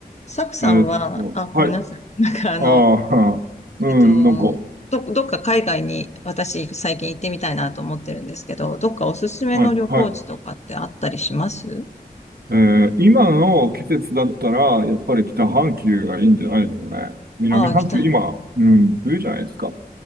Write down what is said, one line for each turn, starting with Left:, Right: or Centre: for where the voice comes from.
Left: サクさんは、
Right: えーっと、
Left: あ、
Right: はい。
Left: ごめんなさい。なんかあの、
Right: ああ、<laughs> うん、
Left: えっと、
Right: なんか、
Left: ど、どっか海外に私最近行ってみたいなと思ってるんですけど、どっかおすすめの旅行地とかってあったりします
Right: はい、はい。えー今の季節だったら、やっぱり北半球がいいんじゃないですかね。南半球、
Left: ああ、来た。
Right: 今、うん、冬じゃないですか。